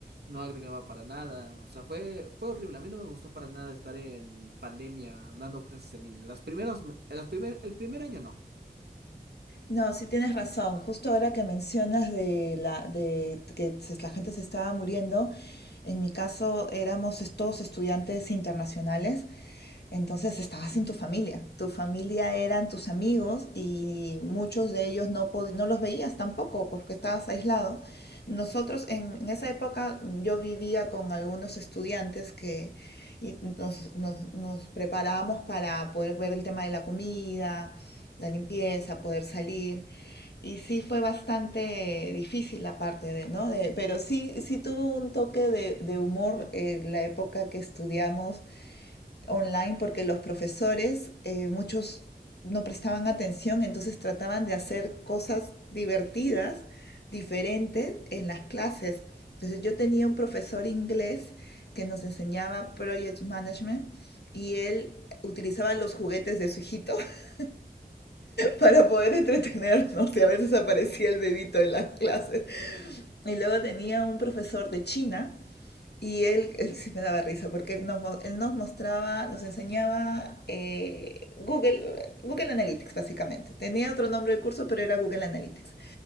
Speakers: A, on the right; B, on the left.
A: no agregaba para nada. O sea, fue, fue horrible. A mí no me gustó para nada estar en pandemia dando clases en línea. Las primeros, me- los primer, el primer año no.
B: No, sí tienes razón. Justo ahora que mencionas de la de que se- la gente se estaba muriendo, en mi caso éramos es- todos estudiantes internacionales, entonces estabas sin tu familia. Tu familia eran tus amigos y muchos de ellos no pod- no los veías tampoco porque estabas aislado. Nosotros en, en esa época yo vivía con algunos estudiantes que y nos, nos, nos preparábamos para poder ver el tema de la comida la limpieza, poder salir. Y sí fue bastante difícil la parte de, ¿no? De- pero sí, sí tuvo un toque de, de humor eh, la época que estudiamos online, porque los profesores, eh, muchos no prestaban atención, entonces trataban de hacer cosas divertidas, diferentes en las clases. Entonces yo tenía un profesor inglés que nos enseñaba Project Management y él utilizaba los juguetes de su hijito <laughs> para poder entretenernos y a veces aparecía el bebito en las clases. Y luego tenía un profesor de China y él, él sí me daba risa porque él nos, él nos mostraba, nos enseñaba eh, Google, Google Analytics básicamente. Tenía otro nombre del curso, pero era Google Analytics.